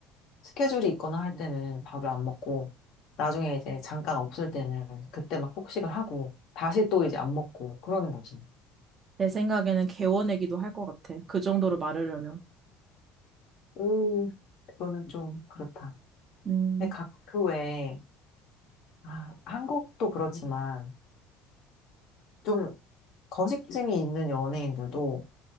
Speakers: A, on the left (about 60°); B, on the right (about 30°).
A: 스케줄이 있거나 할 때는 밥을 안 먹고 나중에 이제 잠깐 없을 때는 그때 막 폭식을 하고 다시 또 이제 안 먹고 그러는 거지.
B: 내 생각에는 개워내기도 할 것 같아. 그 정도로 말하려면.
A: 오, 그거는 좀 그렇다.
B: 음,
A: 근데 각 그 외에 아, 한국도 그렇지만 좀 거식증이 있는 연예인들도